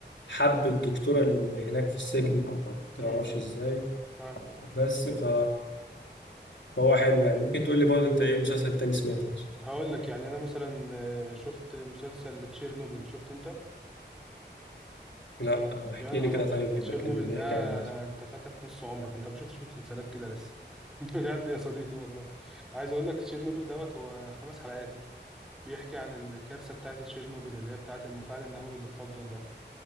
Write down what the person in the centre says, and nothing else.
امم
اه
هقول لك يعني انا مثلا آه، شفت مسلسل تشيرنوبل شفت انت
يا نهار
ابيض
تشيرنوبل
ده
انت فاتك نص عمرك انت ما شفتش مسلسلات كده لسه <laughs> بجد يا صديقي والله عايز اقول لك تشيرنوبل دوت هو خمس حلقات بيحكي عن الكارثه بتاعه تشيرنوبل اللي هي بتاعه المفاعل النووي اللي اتفجر ده